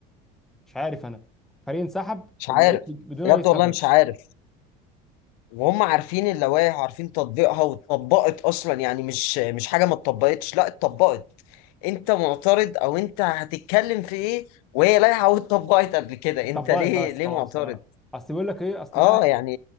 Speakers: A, in the centre; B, on the left.
A: مش عارف انا فريق انسحب
B: مش
A: وما
B: عارف
A: جاش بد- بدون
B: بجد
A: اي سبب
B: والله مش عارف وهم عارفين اللوائح وعارفين تطبيقها واتطبقت اصلا يعني مش مش حاجه ما اتطبقتش لا اتطبقت انت معترض او انت هتتكلم في ايه وهي لائحه واتطبقت قبل كده
A: اتطبقت
B: انت ليه
A: بس
B: ليه
A: خلاص
B: معترض
A: اه اصل بيقول لك ايه اصل
B: اه
A: الاهلي
B: يعني